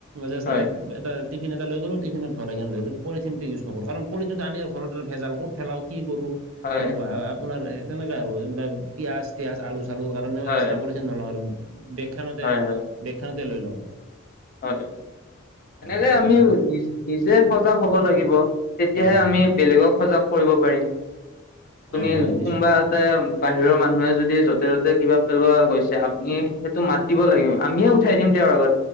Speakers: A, on the right; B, on the left.
A: জাষ্ট
B: হয়
A: এটা এটা। টিফিন এটা লৈ গলোঁ। টিফিনত ভৰাই কেনে লৈ আহিলোঁ, পলিথিনটো ইউজ নকৰোঁ। কাৰণ, পলথিনটো আনি ঘৰতে ভেজাল, ক'ত পেলাওঁ, কি কৰোঁ!
B: হয়
A: তেনেকুৱা! আপোনাৰ তেনেকা আৰু। পিয়াঁজ- টিয়াঁজ, আলু-চালুৰ কাৰণেও,
B: হয়
A: এক্সট্ৰা পলি পলিথিন নলওঁ আৰু। বেগখনতে,
B: হয় হয়
A: বেগখনতে লৈ লওঁ।
B: হয়!
A: হয়
B: সনেকে,
A: তেনেকুৱা
B: আমি নি নিজে সজাগ হ'ব লাগিব। তেতিয়াহে,
A: হয় হয়
B: আমি বেলেগক সজাগ কৰিব পাৰিম। আপুনি,
A: অঁ হয় নিশ্চয়
B: কোনোবা তাতে, বাহিৰৰ মানুহে যদি, য'তে-ত'তে কিবা পেলোৱা গৈছে, আপুনি সেইটো মাত মাতিব লাগে। আমিয়ে উঠাই দিম, তেওঁৰ